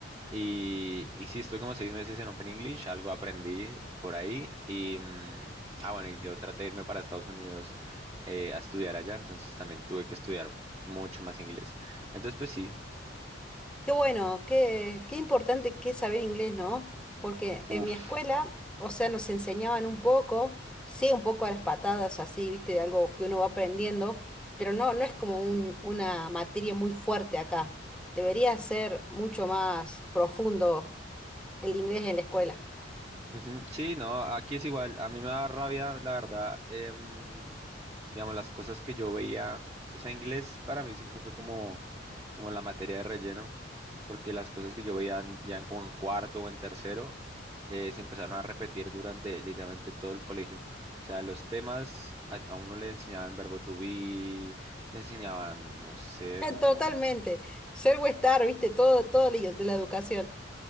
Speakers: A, on the right; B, in the centre.
A: Y, y sí, estuve como seis meses en Open English, algo aprendí por ahí y... mm, Ah, bueno, y yo traté de irme para Estados Unidos eh, a estudiar allá, entonces también tuve que estudiar mucho más inglés. Entonces, pues sí,
B: Qué bueno, qué, qué importante que es saber inglés, ¿no? Porque en
A: uff.
B: mi escuela, o sea, nos enseñaban un poco, sí, un poco a las patadas, así, viste, de algo que uno va aprendiendo, pero no, no es como un- una materia muy fuerte acá. Debería ser mucho más profundo el inglés en la escuela.
A: Ujú, Sí, no, aquí es igual, a mí me da rabia, la verdad, em, digamos, las cosas que yo veía, o sea, inglés para mí siempre fue como, como la materia de relleno, porque las cosas que yo veía en- ya en, como en cuarto o en tercero, eh, se empezaron a repetir durante literalmente todo el colegio. O sea, los temas, a, a uno le enseñaban verbo to be, le enseñaban, no sé,
B: <laughs>
A: como
B: Totalmente. Ser o estar, viste, todo, todo la- de la educación.